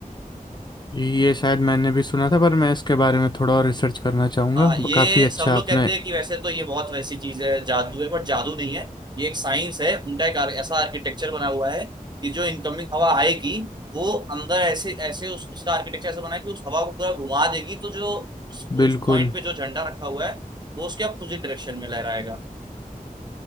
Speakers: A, on the left; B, on the right.
A: ये शायद मैंने भी सुना था पर मैं इसके बारे में थोड़ा और रिसर्च करना चाहूँगा
B: हाँ ये
A: काफ़ी अच्छा
B: सब लोग
A: आपने
B: कहते हैं कि वैसे तो ये बहुत वैसी चीज है जादू है बट जादू नहीं है ये एक साइंस है उनका एक आर- ऐसा आर्किटेक्चर बना हुआ है कि जो इनकमिंग हवा आएगी वो अंदर ऐसे ऐसे उस, उसका आर्किटेक्चर ऐसा बना है कि उस हवा को पूरा घुमा देगी तो जो उस, उस
A: बिल्कुल
B: पॉइंट पे जो झंडा रखा हुआ है वो उसके अपोजिट डायरेक्शन में लहराएगा